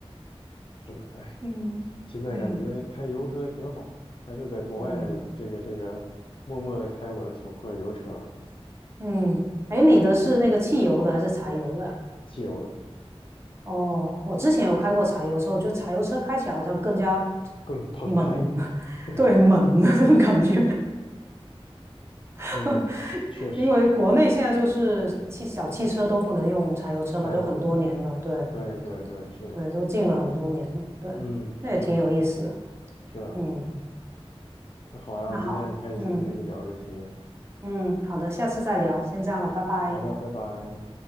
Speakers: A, on the left; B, on the right.
A: 是的，哎，
B: 嗯嗯
A: 现在感觉开油车挺好的，还是在国外这个这个默默的开我的小破油车吧，
B: 嗯。嗯，哎，你的是那个汽油的还是柴油的啊
A: 汽油的
B: 哦，我之前有开过柴油车，我觉得柴油车开起来好像更加
A: 更澎湃一些。
B: 猛，<laughs>
A: 对，
B: 对，猛的那种感觉。<laughs>
A: 嗯，确实，
B: 因为国内现在就是汽小汽车都不能用柴油车嘛，
A: 柴油，
B: 就很多年了，对
A: 对对对，是的，
B: 对，都禁了很多年了，对，
A: 嗯嗯，
B: 那也挺有意思的。
A: 是啊，
B: 嗯，
A: 那好呀，
B: 那好，
A: 今天很开心跟你聊这些，
B: 嗯嗯，好的，下次再聊，先这样了，拜拜。
A: 好的，拜拜。